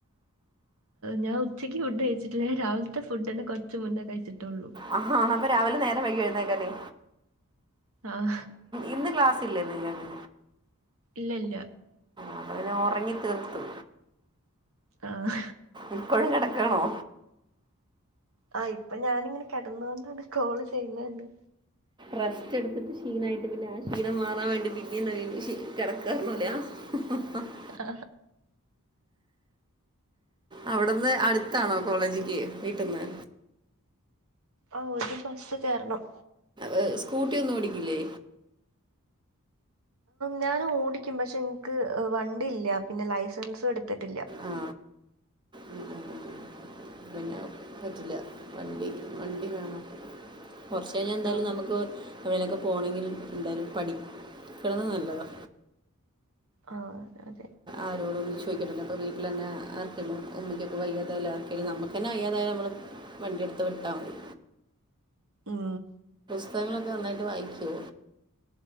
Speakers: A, on the right; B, on the right.
A: ഞാ ഉച്ചക്ക് ഫുഡ് കഴിച്ചിട്ടില്ലേ രാവിലത്തെ ഫുഡ്ന്നെ കുറച്ച് മുന്നേ കഴിച്ചിട്ടുള്ളൂ
B: ആ ആ അപ്പൊ രാവിലെ നേരം വൈകി എഴുന്നേക്കല്ലെ
A: ആഹ്‌.
B: ഇന്ന് ക്ലാസ്സല്ലെ ന്നിങ്ങെക്
A: ഇല്ല ഇല്ല
B: അത അെ ഉറങ്ങി തീർത്തു
A: ആഹ
B: ഇപ്പോഴും കിടക്കണോ
A: ആ ഇപ്പൊ ഞാനിങ്ങനെ കിടന്നൊണ്ടാണ് കോള് ചെയ്യുന്നത്
B: റസ്റ്റ് എടുത്തിട്ട് ക്ഷീണയിട്ട് പിന്നെ ആ ക്ഷീണം മാറാൻ വേണ്ടി പിന്നെ എന്താ വീണ്ട കിറക്കാറണല്ലാ <unintelligible>
A: ആ
B: അവിടുന്ന് അടുത്താണോ കോളേജ്ക്ക് വീട്ന്ന്
A: ആ ഒര് ബസ് കേറണം
B: ഏഹ് സ്കൂട്ടി ഒന്നും ഓടിക്കില്ലേ
A: ഞൻ ഓടിക്കും പക്ഷെ എനിക്ക് വണ്ടി ല്ല പിന്നെ ലൈസൻസും എടുത്തിട്ടില്ല
B: ആ ഉം ഉം പിന്നെ പറ്റില്ല വണ്ടി വണ്ടി വേണം കുറച്ച കഴിഞ്ഞാൽ എന്തായാലും
A: ആ
B: നമുക്ക് എപ്പളെലൊക്കെ പോകണമെങ്കിൽ എന്തായാലും പഠിക്കണത് നല്ലതാണ്
A: ആ അത അതെ
B: ആരോടും ചദിക്കട്ടില്ല അപ്പോൾ വീട്ടിൽ തന്നെ ആർക്കെും ഉമ്മക്ക്ക്കെ വൈ്യാതായാല ആക്കെങ്കും നമുക്ക് തന്ന വയ്യാതായ നമ്മൾ വണ്ടിയെടുത്ത് വിട്ടാൽ മതി
A: ഉം
B: പുസ്തഖങ്ങളൊക്കെ നന്നായിട്ട് വായിക്കോ